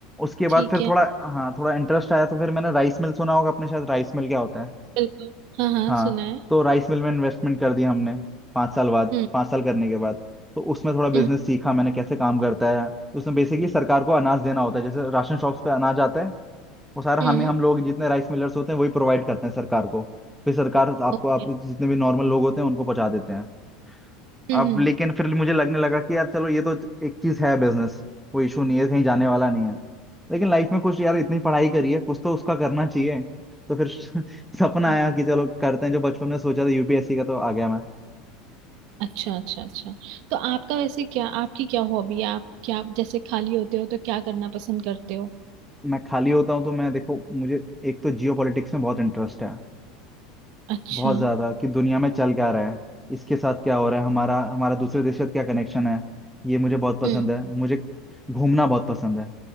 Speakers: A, in the centre; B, on the right.
A: उसके बाद
B: ठीक
A: फिर
B: है
A: थोड़ा हाँ थोड़ा इंटरेस्ट आया तो फिर मैंने राइस मिल सुना होगा अपने शायद राइस मिल क्या होता है
B: बिल्कुल हाँ हाँ
A: हाँ
B: सुना है
A: तो राइस मिल में इन्वेस्टमेंट कर दिया हमने पाँच साल बाद
B: हम्म
A: पाँच साल करने के बाद तो उसमें थोड़ा बिजनेस
B: हम्म
A: सीखा मैंने कैसे काम करता है उसमें बेसिकली सरकार को अनाज देना होता है जैसे राशन शॉप्स पे अनाज आता है वो सारा हम
B: हम्म
A: हम लोग जितने राइस मिलर्स होते हैं वही प्रोवाइड करते हैं सरकार को फिर सरकार आपको
B: ओके
A: आप जितने भी नॉर्मल लोग होते हैं उनको पहुंचा देते हैं
B: हम्म
A: अब
B: हम्म,
A: लेकिन फिर मुझे लगने लगा कि यार चलो ये तो एक चीज है बिजनेस कोई इशू नहीं है कहीं जाने वाला नहीं है लेकिन लाइफ में कुछ यार इतनी पढ़ाई करी है कुछ तो उसका करना चाहिए तो फिर <laughs> सपना
B: हम्म,
A: आया कि चलो करते हैं जो बचपन में सोचा था यूपीएससी का तो आ गया मैं
B: अच्छा अच्छा अच्छा तो आपका वैसे क्या आपकी क्या हॉबी है आप क्या जैसे खाली होते हो तो क्या करना पसंद करते हो
A: मैं खाली होता हूँ तो मैं देखो मुझे एक तो जियो पॉलिटिक्स में बहुत इंटरेस्ट है
B: अच्छा
A: बहुत
B: हम्म
A: ज्यादा कि दुनिया में चल क्या रहा है इसके साथ क्या हो रहा है हमारा हमारा दूसरे देश के साथ क्या कनेक्शन है ये मुझे बहुत पसंद
B: हम्म।
A: है मुझे घूमना बहुत पसंद है